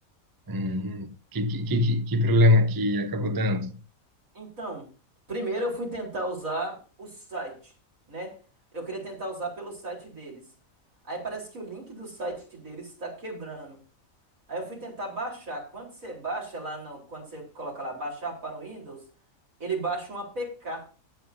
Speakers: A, on the right; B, on the right.
A: Hum, que, que, que, que que problema que acabou dando?
B: Então, primeiro eu fui tentar usar o site, né? Eu queria tentar usar pelo site deles. Aí parece que o link do site deles está quebrando. Aí eu fui tentar baixar. Quando você baixa lá no, quando você coloca lá baixar para o Windows, ele baixa um APK.